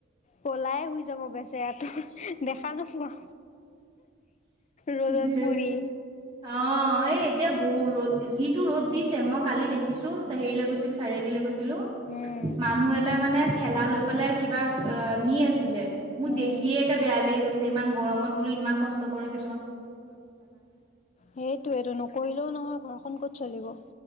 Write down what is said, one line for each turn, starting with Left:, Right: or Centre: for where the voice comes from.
Left: কলাই শুই যাব গেছোতো দেখা নো পোৱা। ৰ'দ
Right: ধেত
Left: পুৰি।
Right: অ এই এতিয়া বহু ৰ যি। তো ৰদ দিছে মই কালি দেখিছো ত হেৰিলৈ গছিলো চিআল লৈ গৈছিলো। ছিলো
Left: উম
Right: মানুহ এটা মানে খেলা লৈ পেলাই কিবা। অ নি আছিলে মোৰ
Left: উম
Right: দেখিয়ে একে বেয়া লাগি গৈছে ইমান গৰমত বোলো ইমান কষ্ট কৰেছ।
Left: সেইটোয়েইটো নকৰিলেও নহয় ঘৰখন ক'ত চলিব।